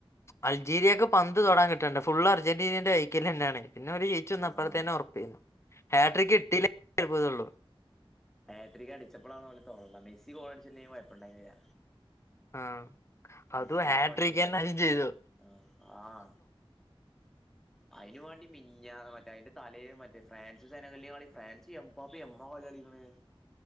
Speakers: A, on the left (about 30°); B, in the centre.
A: അൾജീരിയക്ക് പന്ത് തൊടാൻ കിട്ടണ്ടെ ഫുള് അർജന്റീനന്റെ കൈക്കിൽ ന്നെയാണ് പിന്നെ ഓൾ ജയിച്ചു അപ്പോൾ
B: ആഹ്
A: ത്തന്നെ ഉറപ്പ് ഹാട്രിക് കിട്ടീലെ അത്‍ഭുതം ഒള്ളൂ
B: ഹാഡ്രിക്ക് അടിച്ചപ്പോൾ ആണ് ഓൾ തൊള്ള മെസ്സി ഗോൾ അടിച്ചില്ലെങ്കിലും കുഴപ്പമുണ്ടായിരുന്നില്ല
A: ആ അത്
B: മെസ്സിയോന്
A: ഹാഡ്രിക്ക്ന്നെ
B: ഗോൾ അടിച്ചപ്പളേ
A: അത് ചെയ്തു
B: ആഹ് ആഹ് അയിന് വേണ്ടി മിനിഞ്ഞാന്ന് മറ്റേ അതിന്റെ തലേന്ന് മറ്റേ ഫ്രാൻസ് ജനകല് കളി ഫ്രാൻസ് എമ്പാപ്പ എമ്മ കളിയാ കളിക്ക്ണ്